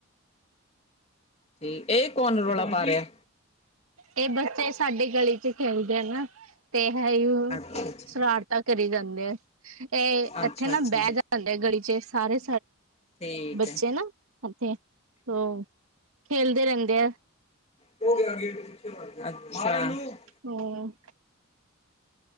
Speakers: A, on the left (about 30°); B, on the right (about 75°).
A: ਇਹ ਕੌਣ ਰੌਲਾ ਪਾ ਰਿਆ।
B: ਇਹ ਬੱਚੇ ਸਾਡੀ ਗਲੀ ਚ ਖੇਲਦੇ ਆ ਨਾ। ਤੇ ਇਹ ਹੀ
A: ਅੱਛਾ ਅੱਛਾ
B: ਸ਼ਰਾਰਤਾ ਕਰੀ ਜਾਂਦੇ ਆ ਇਹ
A: ਅੱਛਾ
B: ਇੱਥੇ ਨਾ
A: ਅੱਛਾ
B: ਬਹਿ ਜਾ ਦੇ ਸਾਡੇ ਗਲੀ ਚ ਸਾਰੇ
A: ਠੀਕ
B: ਬੱਚੇ
A: ਹੈ
B: ਨਾ ਇਥੇ ਓ ਖੇਲਦੇ ਰਹਿੰਦੇ ਆ।
A: ਅੱਛਾ।
B: ਹੂੰ।